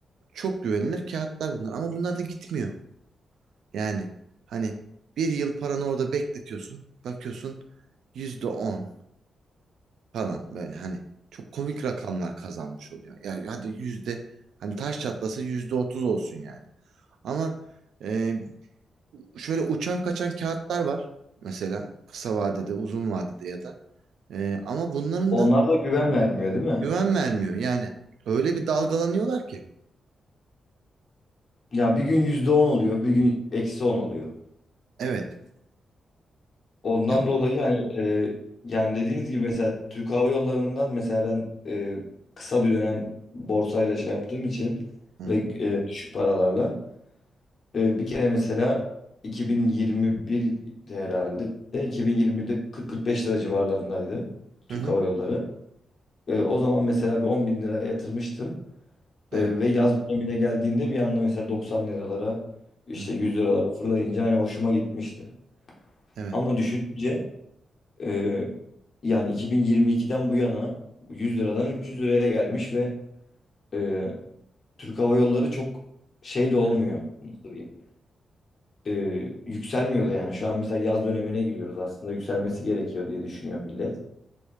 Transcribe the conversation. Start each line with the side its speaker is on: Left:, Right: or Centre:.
Right: çok güvenilir kağıtlar bunlar ama bunlar da gitmiyor. Yani hani bir yıl paranı orada bekletiyorsun. Bakıyorsun yüzde on falan böyle hani çok komik rakamlar kazanmış oluyor. Yani hadi yüzde hani taş çatlasa yüzde otuz olsun yani. Ama e, şöyle uçan kaçan kağıtlar var mesela kısa vadede uzun vadede ya da. E, ama bunların
Left: Onlar
Right: da
Left: da güven vermiyor değil mi?
Right: güven vermiyor yani öyle bir dalgalanıyorlar ki.
Left: Ya bir gün yüzde on oluyor, bir gün eksi on oluyor.
Right: Evet.
Left: Ondan
Right: Ya
Left: dolayı
Right: bu.
Left: hani e, yani dediğiniz gibi mesela Türk Hava Yolları'ndan mesela ben e, kısa bir dönem borsayla şey yaptığım için
Right: Hı
Left: ve
Right: hı.
Left: e, düşük paralarla Ee, bir kere mesela 2021'de herhalde 2021'de 40-45 lira civarlarındaydı Türk
Right: Hı hı.
Left: Hava Yolları. Ee, o zaman mesela bir 10 bin lira yatırmıştım. Ee,
Right: Evet.
Left: ve yaz dönemine geldiğinde bir anda mesela 90 liralara işte
Right: Hı hı.
Left: 100 liralara fırlayınca hani hoşuma gitmişti.
Right: Evet.
Left: Ama düşününce e, yani 2022'den bu yana 100 liradan 300 liraya gelmiş ve e, Türk Hava Yolları çok şey de olmuyor.
Right: Evet.
Left: Nasıl diyeyim? e, yükselmiyordu yani. Şu an mesela yaz dönemine giriyoruz. Aslında yükselmesi gerekiyor diye düşünüyor millet.